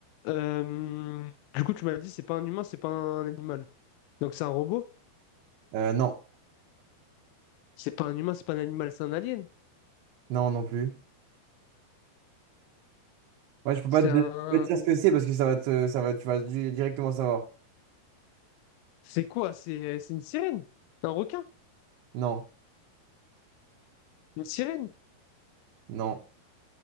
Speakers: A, on the left; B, on the right.
A: Euh, du coup, tu m'as dit, c'est pas un humain, c'est pas un animal. Donc, c'est un robot?
B: Euh, non,
A: C'est pas un humain, c'est pas un animal, c'est un alien.
B: non, non plus. Moi, je peux
A: C'est
B: pas te,
A: un.
B: je peux pas te dire ce que c'est parce que ça va te, ça va, tu vas di- directement savoir.
A: C'est quoi? C'est c'est une sirène? Un requin?
B: Non,
A: Une sirène?
B: non.